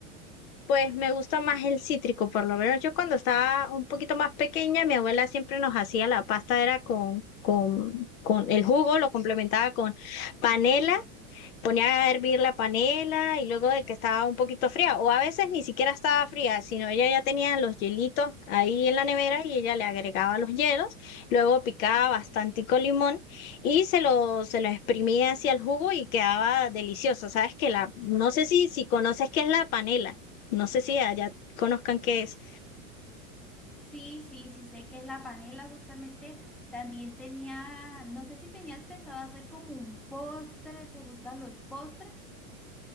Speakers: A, on the left (about 70°); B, in the centre.
A: Pues me gusta más el cítrico, por lo menos yo cuando estaba un poquito más pequeña, mi abuela siempre nos hacía la pasta, era con, con, con el jugo, lo complementaba con panela ponía a hervir la panela y luego de que estaba un poquito fría, o a veces ni siquiera estaba fría, sino ella ya tenía los hielitos ahí en la nevera y ella le agregaba los hielos, luego picaba bastantico limón y se lo, se lo exprimía hacia el jugo y quedaba delicioso. Sabes que la, no sé si, si conoces qué es la panela, no sé si allá conozcan qué es.
B: Sí, sí, sí, sé que es la panela, justamente también tenía, no sé si tenías pensado hacer como un postre, ¿te gustan los postres?